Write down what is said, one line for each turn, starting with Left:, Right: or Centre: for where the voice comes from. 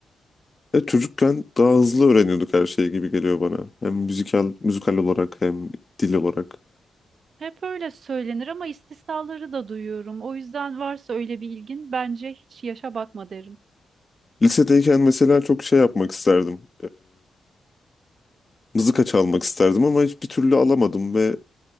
Left: evet, çocukken daha hızlı öğreniyorduk her şeyi gibi geliyor bana. Hem müzikal müzikal olarak hem dil olarak.
Right: Hep öyle söylenir ama istisnaları da duyuyorum. O yüzden varsa öyle bir ilgin bence hiç yaşa bakma derim.
Left: Lisedeyken mesela çok şey yapmak isterdim. Mızıka çalmak isterdim ama hiçbir türlü alamadım ve